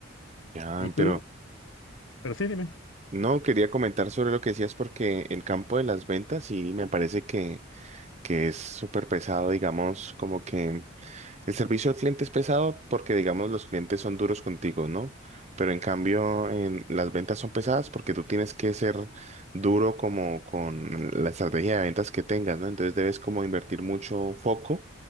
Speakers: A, on the right; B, on the left.
A: Ya,
B: Y tú,
A: pero
B: pero sí, dime.
A: No, quería comentar sobre lo que decías porque el campo de las ventas sí me parece que, que es súper pesado, digamos, como que el servicio al cliente es pesado porque, digamos, los clientes son duros contigo, ¿no? Pero en cambio, en, las ventas son pesadas porque tú tienes que ser duro como con la estrategia de ventas que tengas, ¿no? Entonces debes como invertir mucho foco